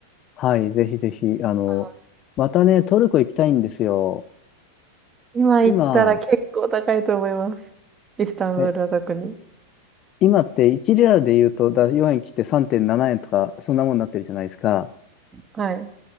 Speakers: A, on the left; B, on the right.
A: はい。ぜひぜひ。あの、
B: <laughs>
A: またね、トルコ行きたいんですよ。
B: 今行ったら結構高いと思います。
A: 今、
B: イスタンブールは特に。
A: え、今って1リラで言うと、だ、4円切って3.7円とか、そんなもんになってるじゃないですか。
B: はい。